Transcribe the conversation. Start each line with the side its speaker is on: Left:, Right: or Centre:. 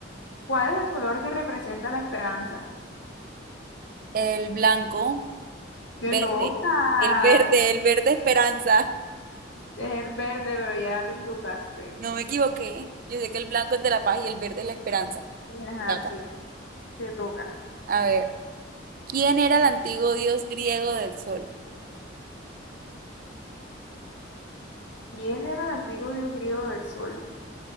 Left: ¿cuál es el color que representa la esperanza?
Right: El blanco,
Left: ¡Qué
Right: verde.
Left: loca!
Right: El verde, el verde esperanza.
Left: Es el verde, pero ya te equivocaste.
Right: No me equivoqué. Yo sé que el blanco es de la paz y el verde es la esperanza.
Left: Ajá,
Right: Tapa.
Left: sí, te toca.
Right: A ver, ¿quién era el antiguo dios griego del sol?
Left: ¿Quién era el antiguo dios griego del sol?